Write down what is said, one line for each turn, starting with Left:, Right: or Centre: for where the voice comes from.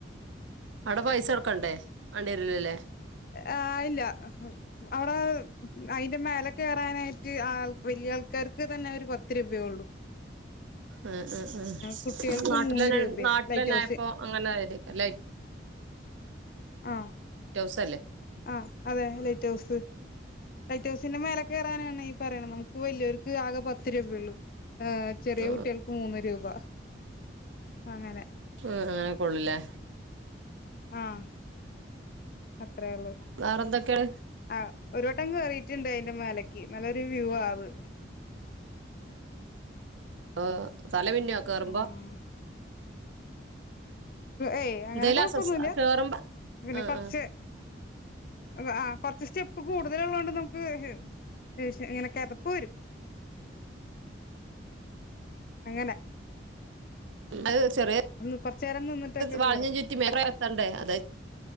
Right: അവടെ പൈസട്ക്കണ്ടേ? മാണ്ടിരൂലലെ.
Left: ആഹ് ഇല്ല്യ. അവടെ അയ്ന്റെ മേല കേറാനായിട്ട് ആഹ് വല്ല്യ ആൾക്കാർക്ക് തന്നെ ഒര് പത്ത് രൂപയൊള്ളു.
Right: ആഹ് ആഹ് ആഹ്
Left: കുട്ടികൾക്ക്
Right: ന്നാട്ട്ലനെ
Left: മൂന്ന് രൂപയും
Right: ന്നാട്ട്ലെനെ
Left: ലൈറ്റ് ഹൗസ്
Right: ആയപ്പോ അങ്ങനെ ആയതയ്ക്കാര്ലെ
Left: ആഹ്.
Right: റ്റൗസല്ലേ?
Left: ആഹ് അതെ ലൈറ്റ് ഹൗസ്. ലൈറ്റ്ഹൗസിന്റെ മേലെ കേറാനാണ് ഈ പറേണത് ന്നമുക്ക് വല്ല്യാര്ക്ക് ആകെ പത്ത് രൂപയള്ളൂ. ചെറിയ
Right: ആ
Left: കുട്ട്യാൾക്ക് മൂന്ന് രൂപ അങ്ങനെ.
Right: ഉം ആഹ്, അങ്ങനെക്കെള്ളൂലെ.
Left: ആഹ്. അത്രയള്ളൂ.
Right: വേറെന്തൊക്കെ?
Left: ആഹ് ഒരു വട്ടം കേറീറ്റ്ണ്ട് അയ്ന്റെ മേലെ കി ന്നല്ലൊരു വ്യൂ ആവ്
Right: ഓഹ് തലമിന്നൂ കേറ്മ്പോ?
Left: ആഹ് ഏയ് അങ്ങനെ
Right: എന്തേലും
Left: കൊഴ്പ്പൊന്നുല്ല്യ
Right: അസ്വസ്ഥ കേറുമ്പോ
Left: പിന്നെ
Right: ആ
Left: കൊർച്ച്
Right: ആ
Left: ആഹ് കൊർച്ച് സ്റ്റെപ്പ് കൂട്തല്ള്ളോണ്ട് ന്നമുക്ക് <unintelligible> ഇങ്ങനെ ക്കെതപ്പ് വരും. അങ്ങനെ
Right: അത് ചെറിയ
Left: ഒന്ന് കൊറച്ചു നേരം നിന്നിട്ടൊക്കെ
Right: വാളിനേം
Left: കേറാം
Right: ചുറ്റി <unintelligible> അതായത്